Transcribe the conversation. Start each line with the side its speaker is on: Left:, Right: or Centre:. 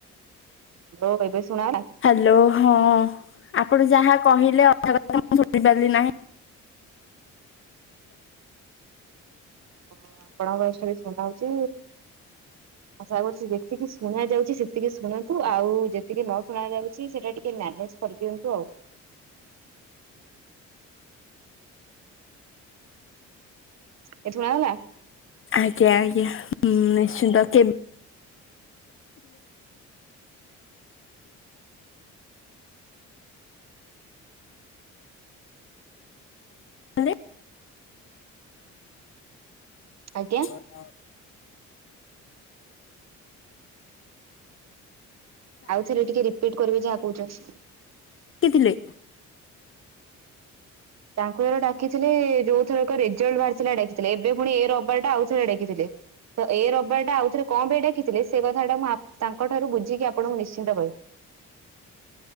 Right: ଲୋ ବେବି ଶୁଣାଅନା।
Left: ହାଲୋ ହଁ ଆପଣ ଯାହା କହିଲେ ଅଧା କଥା ମୁଁ ବୁଝିପାରିଲି ନାହିଁ।
Right: ହଁ-ଆପଣଙ୍କ ଭଏସ୍ ଟା ବି ଶୁଣାଯାଉଚି ଆଶା କରୁଚି ଯେତିକି ଶୁଣା ଯାଉଚି ସେତିକି ଶୁଣନ୍ତୁ ଆଉ ଯେତିକି ନ ଶୁଣା ଯାଉଚି ସେଟା ଟିକେ ମ୍ୟାନେଜ୍ କରିଦିଅନ୍ତୁ ଆଉ। ଏ ଶୁଣାଗଲା
Left: ଆଜ୍ଞା -ଆଜ୍ଞା ହୁଁ- ନିଶ୍ଚିନ୍ତ କେବ୍ <inaudible>
Right: ଆଜ୍ଞା।
Left: <inaudible>
Right: ଆଉଥରେ ଟିକେ ରିପିଟ୍ କରିବେ ଯାହା କହୁଚନ୍
Left: କିଥିଲେ।
Right: ତାଙ୍କୁ ଥରେ ଡାକିଥିଲେ ଯଉ ଥରକ ରେଜଲ୍ଟ୍ ବାହାରିଥିଲା ଡାକିଥିଲେ ଏବେ ପୁଣି ଏ ରବିବାର୍ ଟା ଆଉ ଥରେ ଡାକିଥିଲେ। ତ ଏ ରବିବାର୍ ଟା ଆଉ ଥରେ କଣ ପାଇଁ ଡାକିଥିଲେ ସେ କଥାଟା ମୁଁ ଆପ୍-ତାଙ୍କ ଠାରୁ ବୁଝିକି ଆପଣଙ୍କୁ ନିଶ୍ଚିନ୍ତ କହିବି।